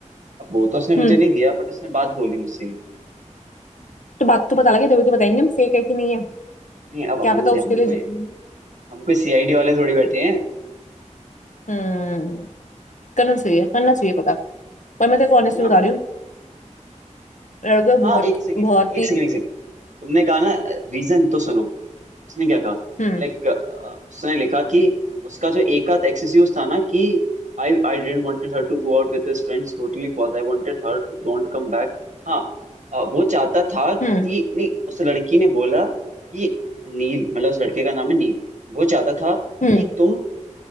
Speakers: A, on the right; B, on the left.
A: अब वो तो उसने मुझे
B: हम्म
A: नहीं दिया बट उसने बात बोली मुझसे ये।
B: तो बात तो पता लगे तभी तो बताएंगे हम फेक है कि नहीं है
A: नहीं अब
B: क्या
A: हम
B: पता उसके
A: हम
B: लिए
A: कोई
B: genuine-
A: हम कोई सीआईडी वाले थोड़ी बैठे हैं है
B: हम्म करना चाहिए करना चाहिए पता पर मैं तेरे को honestly
A: ना
B: बता रही हूँ लड़के
A: हाँ
B: बहुत
A: एक सेकेंड
B: बहुत
A: एक
B: ही
A: सेकेंड एक सेकेंड तुमने कहा ना रीजन तो सुनो उसने क्या कहा
B: हम्म
A: लाइक उसने लिखा कि उसका जो एक आध एक्सक्यूज था ना कि I I didn't wanted her to go out with his friends totally false I wanted her to don't come back हाँ अ, वो चाहता था कि
B: हम्म
A: नहीं उस लड़की ने बोला कि नील मतलब उस लड़के का नाम है नील वो चाहता था
B: हम्म
A: कि तुम